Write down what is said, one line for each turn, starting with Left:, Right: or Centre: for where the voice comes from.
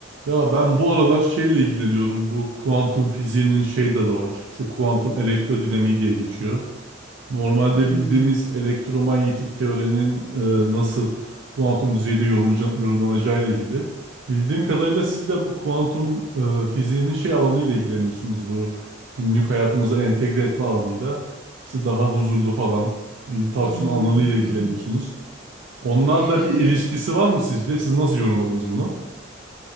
Right: Ya ben bu aralar şeyle ilgileniyorum. Bu kuantum fiziğinin şey dalı var. İşte kuantum elektrodinamiği diye geçiyor. Normalde
Centre: Hmm,
Right: bildiğimiz elektromanyetik teorinin e, nasıl kuantum düzeyde yorumlanca- yorumlanacağıyla ilgili. Bildiğim kadarıyla siz de bu kuantum e, fiziğinin şey alanıyla ilgileniyorsunuz. Bu günlük hayatımıza entegre etme alanıyla. İşte daha huzurlu falan meditasyon
Centre: hmm.
Right: alanıyla ilgileniyorsunuz.
Centre: <laughs>
Right: Onlarla
Centre: Evet,
Right: bir
Centre: evet.
Right: ilişkisi var mı sizce? Siz nasıl yorumladınız bunu?